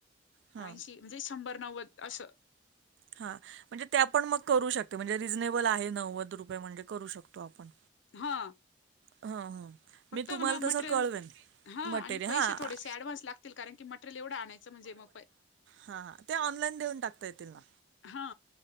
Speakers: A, on the right (about 65°); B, on the left (about 75°).
A: हां,
B: ऐशी म्हणजे शंभर नव्वद असं
A: हा म्हणजे ते आपण मग करू शकते म्हणजे रिझनेबल आहे नव्वद रुपये म्हणजे करू शकतो आपण
B: हा
A: हां हां
B: फक्त
A: मी तुम्हाला
B: म्हणा मटेरियल
A: तसं कळवेन
B: हा
A: मटेरियल
B: आणि पैसे
A: हां
B: थोडेसे ऍडव्हान्स लागतील कारण की मटेरियल एवढं आणायचं म्हणजे म
A: हा हा ते ऑनलाईन देऊन टाकता येतील ना
B: हा.